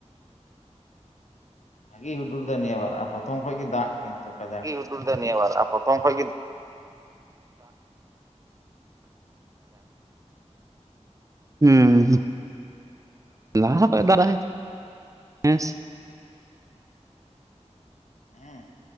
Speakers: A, on the left; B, on the right.
A: ᱵᱷᱟᱜᱤ ᱦᱩᱰᱩᱨ ᱮᱫᱟᱭ ᱱᱤᱭᱟᱹ ᱵᱟᱨ ᱟᱨ ᱯᱨᱚᱛᱷᱚᱢ ᱠᱷᱚᱡ ᱜᱮ ᱫᱟᱜ ᱠᱤᱱᱛᱩ ᱠᱟᱡᱟᱠ
B: ᱟᱹᱰᱤ ᱦᱩᱰᱩᱨ ᱮᱫᱟᱭ ᱱᱤᱭᱟᱹ ᱵᱟᱨ ᱟᱨ ᱯᱨᱚᱛᱷᱚᱢ ᱠᱷᱚᱱ ᱜᱮ <inaudible> ᱦᱩᱸ ᱞᱟᱦᱟ ᱠᱷᱚᱱᱚᱡ ᱫᱟᱜᱟᱭ ᱦᱮᱸᱥᱮ᱾
A: ᱦᱮᱸ